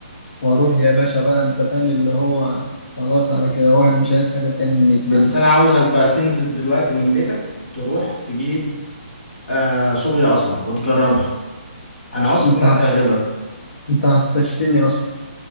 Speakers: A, on the left; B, on the left.
A: واروح يا باشا بقى انت فاهم اللي هو خلاص على كده واحد مش عايز حاجة تاني من الدنيا
B: بس انا عاوزك بقى تنزل دلوقتي من بيتك تروح تجيب آه صوبيا قصب وتجربها انا واثق
A: انت
B: انها
A: عط-
B: تعجبك
A: انت عطشتني اصلا